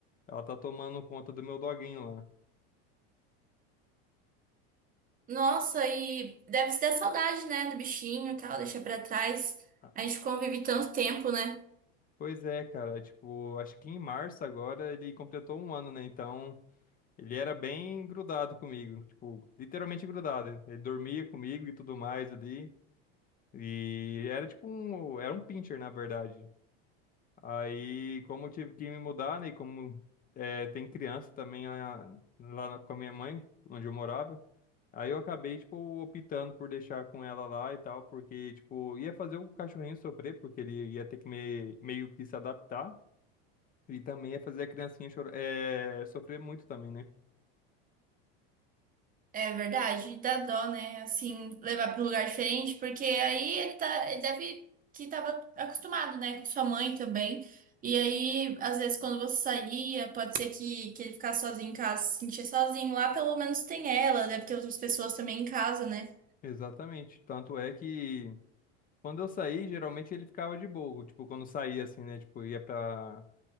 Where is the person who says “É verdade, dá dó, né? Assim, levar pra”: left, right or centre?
Right